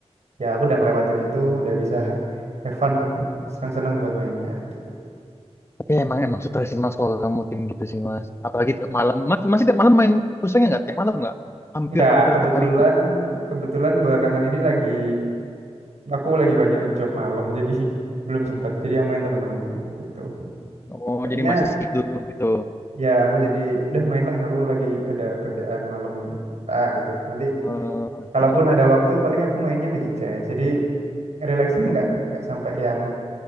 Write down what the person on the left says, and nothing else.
Ya, emang emang stres sih mas kalau kamu tim gitu sih mas. Apalagi tiap malam. Mas, masih tiap malam main pusingnya nggak? Tiap malam nggak? Hampir-hampir
tiap hari begitu.
Oh,
jadi masih skip dulu gitu.
Eh, Oke.